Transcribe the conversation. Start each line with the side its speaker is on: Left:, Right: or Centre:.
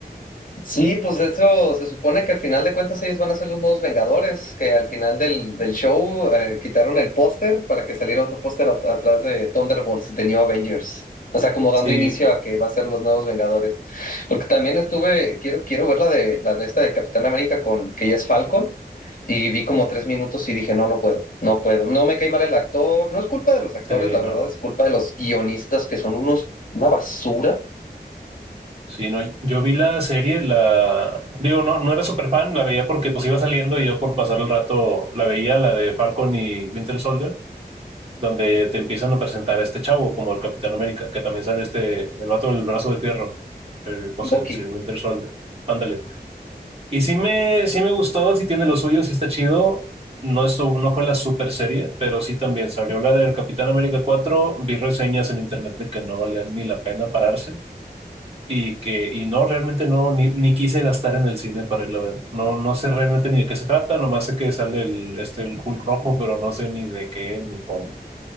Left: Sí, pues de hecho se supone que al final de cuentas ellos van a ser los nuevos Vengadores, que al final del, del show eh, quitaron el póster para que saliera otro póster at- atrás de Thunderbolts, de New Avengers. O sea, como
Right: Sí,
Left: dando inicio a que va a ser los nuevos Vengadores. Porque también estuve, quiero, quiero ver la de la de esta de Capitán América con que ya es Falcon. Y vi como tres minutos y dije, no, no puedo, no puedo. No me cae mal el actor. No es culpa de los actores,
Right: sí,
Left: la
Right: no.
Left: verdad, es culpa de los guionistas que son unos, una basura.
Right: Sí, no, yo vi la serie, la digo, no, no era súper fan, la veía porque pues iba saliendo y yo por pasar el rato la veía, la de Falcon y Winter Soldier donde te empiezan a presentar a este chavo como el Capitán América, que también sale este, el vato del brazo de fierro, el, pues
Left: Bucky.
Right: el Sir Winter
Left: <laughs>
Right: Soldier. Ándale. Y sí me, sí me gustó, sí tiene lo suyo, sí está chido. No, estuvo, no fue la super serie, pero sí también salió la del Capitán América cuatro Vi reseñas en internet de que no valía ni la pena pararse y que y no, realmente no, ni, ni quise gastar en el cine para irlo a ver. No, no sé realmente ni de qué se trata, nomás sé que sale el, este, el Hulk rojo, pero no sé ni de qué ni cómo.